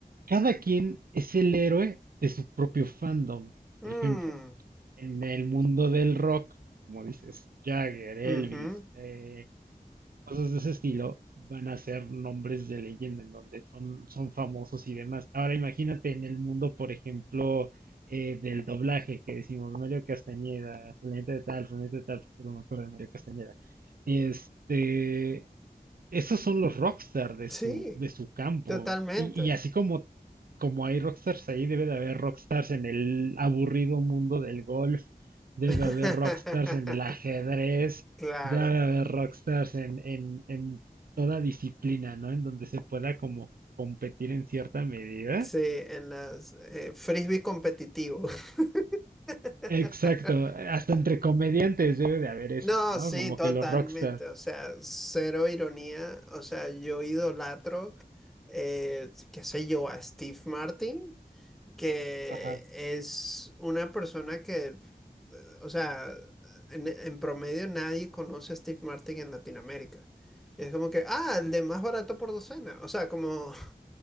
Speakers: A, on the right; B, in the centre.
A: cada quien es el héroe de su propio fandom, por
B: Mm,
A: ejemplo. en el mundo del rock, como dices, Jagger, Elvis,
B: ujú,
A: eh, cosas de ese estilo, van a ser nombres de leyenda en donde son, son famosos y demás. Ahora imagínate en el mundo, por ejemplo, eh, del doblaje que decimos Mario Castañeda, fulanita de tal, fulanita de tal, porque no me acuerdo de Mario Castañeda. Este, esos son los rockstar de su,
B: Sí,
A: de su campo.
B: totalmente.
A: Y, y así como, como hay rockstars ahí, debe de haber rockstars en el aburrido mundo del golf, debe
B: <laughs>
A: de haber rockstars en el ajedrez,
B: Claro,
A: debe de haber rockstars en, en, en toda disciplina, ¿no? En donde se pueda como competir en cierta medida.
B: sí, en las eh, frisbee competitivo. <laughs>
A: Exacto, hasta entre comediantes debe de haber eso,
B: No,
A: ¿no?
B: sí,
A: Como
B: totalmente.
A: que los rockstars.
B: O sea, cero ironía. O sea, yo idolatro, eh, qué sé yo, a Steve Martin. que
A: Ajá,
B: es una persona que, eh, o sea, en, en promedio nadie conoce a Steve Martin en Latinoamérica. Es como que, ah,
A: ajá.
B: el de más barato por docena. O sea, como...